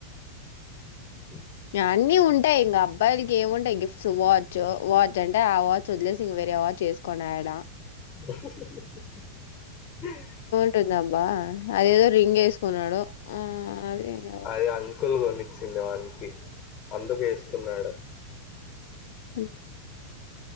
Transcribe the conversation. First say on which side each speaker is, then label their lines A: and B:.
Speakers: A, on the left; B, on the left.
A: ఉ
B: అన్నీ ఉంటాయి ఇంకా అబ్బాయిలకి ఏమింటాయి గిఫ్ట్స్ వాచ్ వాచ్ అంటే ఆ వా చదిలేసి ఇంగ వేరేవ చేసుకున్నాడా
A: హ్మ్
B: ఉంటుందబ్బా అదేదో రింగ్ ఏసుకున్నాడు ఆ అదే ఇగా
A: అది అంకులు గొనిచ్చింది వానికి అందుకు ఏసుకున్నాడు.
B: ఉహ్